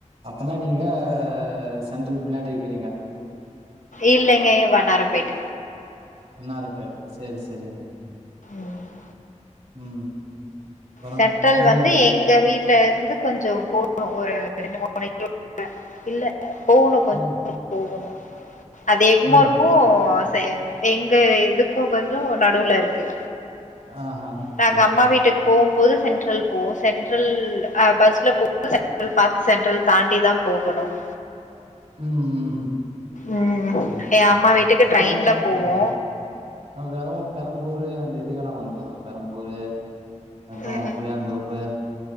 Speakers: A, on the right; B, on the left.
A: அப்பனா நீங்க சென்ட்ரல் பின்னாடி இருக்குறீங்க
B: இல்லைங்க வண்ணாரப்பேட்
A: வன்னாரப்பேட்டை செரி செரிங்க
B: ம்
A: ம் அப்பறோ
B: சென்ட்ரல்
A: நீங்க
B: வந்து எங்க வீட்ல இருந் து கொஞ்ச போனு ஒரு ரெண்டு மூனு <inaudible> இல்ல போகணு கொஞ்ச
A: ம்
B: தூர போகணு அது எக்மோருக்கு
A: ம் ம்
B: சே எங்க இதுக்கு கொஞ்ச நடுவுல இரு க்கு
A: ஆஹா
B: நாங்க
A: சேரி
B: அம்மா
A: சேரி
B: வீட்டுக்கு போகும்போது சென்ட்ரல் போவு சென்ட்ரல் அ பஸ்ல போ <inaudible> சென்ட்ரல் பாத்து சென்ட்ரல் தாண்டி தா போகணு <unintelligible>
A: ம் ம்
B: ம்
A: சேரி
B: எ
A: சேரி
B: அம்மா வீட்டுக்கு
A: நா
B: ட்ரெயின்ல
A: வந்து
B: போவோ
A: ஆஹ்ஹ அது வரவு பெரம்பூரு அ அந்த இதுக்கெல்லா வந்துக்குற பெரம்பூரு அப்புறோ
B: ம்
A: புளியாந்தோப்பு